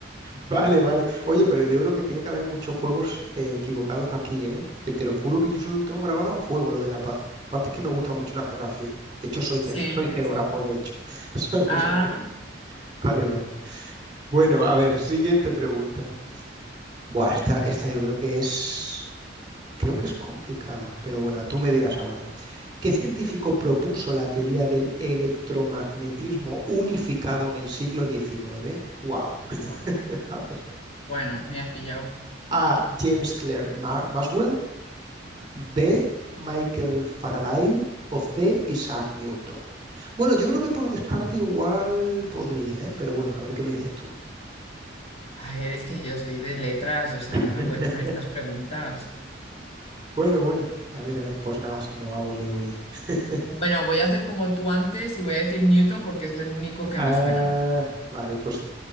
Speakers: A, on the right; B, on the left.
A: Vale, vale. Oye, pero yo creo que tiene que haber muchos juegos eh, equivocados aquí, ¿eh? Porque te lo juro que yo solo lo tengo grabado a fuego, lo de La Paz. Aparte es que me gusta mucho la geografía. De hecho, soy,
B: Sí,
A: gre- soy
B: sí,
A: geógrafo,
B: sí.
A: de hecho. <laughs>
B: Ah,
A: O sea que... Vale, vale. Bueno, a ver, siguiente pregunta. Buah, esta, esta yo creo que es... Creo que es complicada, pero bueno, tú me dirás ahora. ¿Qué científico propuso la teoría del electromagnetismo unificado en el siglo XIX? Wow. <laughs>
B: bueno,
A: A ver.
B: bueno, me has pillado.
A: A. James Clerk Ma- Maxwell. B. Michael Faraday. O C. Isaac Newton. Bueno, yo creo que por descarte igual podría, ¿eh? Pero bueno, a ver qué me dices tú.
B: A ver, es que yo soy de letras, o sea,
A: <laughs>
B: no me puedes poner estas preguntas.
A: Bueno, bueno. A ver, a ver. Pues nada, si no hago, le oye. <laughs>
B: Bueno, voy a hacer como tú antes y voy a decir Newton porque es el único que
A: Ah,
B: me suena.
A: vale, pues